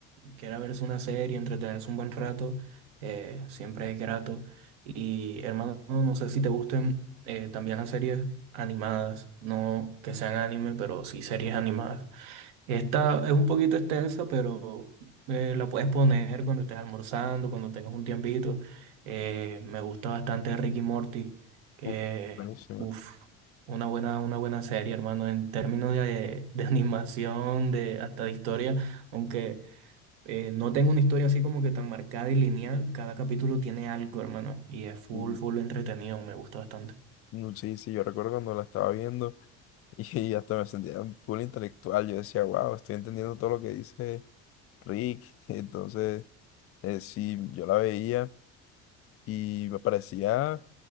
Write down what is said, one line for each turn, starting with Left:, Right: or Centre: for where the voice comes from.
Right: quiera verse una serie, entretenerse un buen rato, eh, siempre es grato. Y hermano, no sé si te gusten eh, también las series animadas, no que sean anime, pero sí series animadas. Esta es un poquito extensa, pero eh, la puedes poner cuando estés almorzando, cuando tengas un tiempito. Eh, me gusta bastante Ricky y Morty, que,
Left: Uh, buenísimo.
Right: uff, una buena, una buena serie, hermano, en términos de, de <laughs> animación, de, hasta de historia, aunque eh, no tengo una historia así como que tan marcada y lineal, cada capítulo tiene algo, hermano, y es full,
Left: Y,
Right: full entretenido, me gusta bastante.
Left: mm, Sí, sí, yo recuerdo cuando la estaba viendo <laughs> y hasta me sentía full intelectual. Yo decía, wow, estoy entendiendo todo lo que dice Rick. <laughs> Entonces, eh, sí, yo la veía y me parecía,